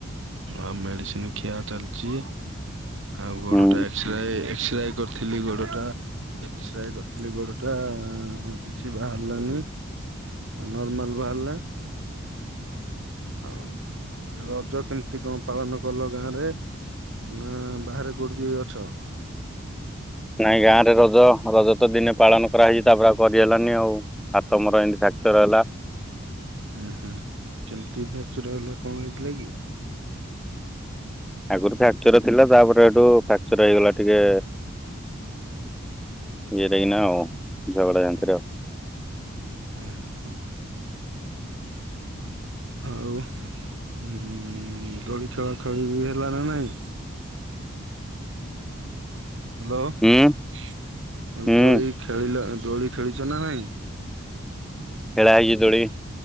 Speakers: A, on the right; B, in the centre.
A: ଆଉ ମେଡିସିନ ଖିଆ ଚାଲିଛି, ଆଉ ଗୋଡ଼ଟା
B: ହୁଁ
A: ଏ ଏକ୍ସରେ କରିଥିଲି ଗୋଡ଼ଟା। ଏକ୍ସରେ କରିଥିଲି ଗୋଡ଼ଟା କିଛି ବାହାରିଲାନି। ନର୍ମାଲ ବାହାରିଲା। ଆଉ ରଜ କେମିତି କଣ ପାଳନ କଲ ଗାଁରେ? ନା ବାହାରେ କୋଉଠି ଅଛ?
B: ନାଇଁ ଗାଁରେ ରଜ ରଜ ତ ଦିନେ ପାଳନ କରାଯାଇଛି। ତାପରେ ଆଉ କରିହେଲାନି ଆଉ। ହାତ ମର ଏମତି ଫ୍ୟାଚର ହେଲା।
A: ହୁଁ ହୁଁ କେମିତି ଫ୍ୟାକ୍ଚର ହେଲା କଣ ହେଇଥିଲା କି?
B: ଆଗରୁ ଫ୍ରାକ୍ଚର ଥିଲା ତାପରେ ହେଠୁ ଫ୍ରାକ୍ଚର ହେଇଗଲା ଟିକେ <unintelligible> କିି ନା ଆଉ ଝଗଡ଼ା ନ୍ତିରେ ଆଉ।
A: ହୁଁ ହୁଁ ଆଉ ହଁ ମୁଁ ଦୋଳି ଖେଳାଖେଳି ହେଲା ନା ନାହିଁ। ହ୍ୟାଲୋ
B: ହୁଁ ହୁଁ
A: ଦୋଳି ଖେଳିଲ ଦୋଳି ଖେଳିଛ ନା ନାଇଁ?
B: ଖେଳା ହେଇଛି ଦୋଳି।